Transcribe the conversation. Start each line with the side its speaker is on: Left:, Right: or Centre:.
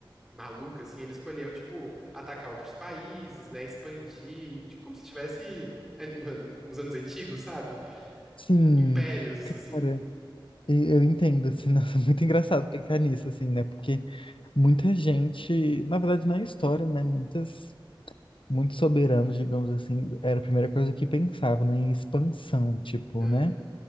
Centre: maluca, assim, ele escolheu, tipo, atacar outros países, né, expandir, tipo, como se tivesse eh, no- nos anos antigos, sabe?
Left: Sim,
Centre: Impérios, assim.
Left: cara, e- eu entendo, assim, <laughs> nossa, muito engraçado pensar nisso, assim, né? Porque muita gente, na verdade, na história, né? Muitas, muitos soberanos, digamos assim, era a primeira coisa que pensavam, né? Em expansão, tipo,
Centre: É.
Left: né?